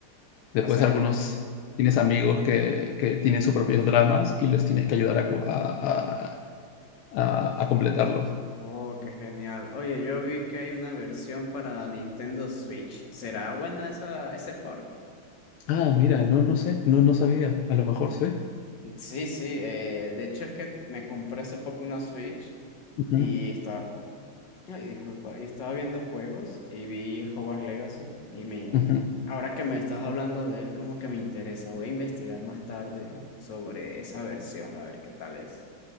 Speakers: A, on the left; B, on the left.
A: Después
B: o sea,
A: algunos tienes amigos que, que tienen sus propios dramas y los tienes que ayudar a, a, a, a completarlos.
B: Oh, qué genial. Oye, yo vi que hay una versión para Nintendo Switch. ¿Será buena esa, ese park?
A: Ah, mira, no, no sé, no, no sabía. A lo mejor sí.
B: Sí, sí. eh, de hecho, es que me compré hace poco una Switch
A: Ujú,
B: y estaba. Ay, disculpa. Y estaba viendo juegos y vi Hogwarts Legacy. Y me.
A: ujú.
B: Ahora que me estás hablando de él, como que me interesa. Voy a investigar más tarde sobre esa versión, a ver qué tal es.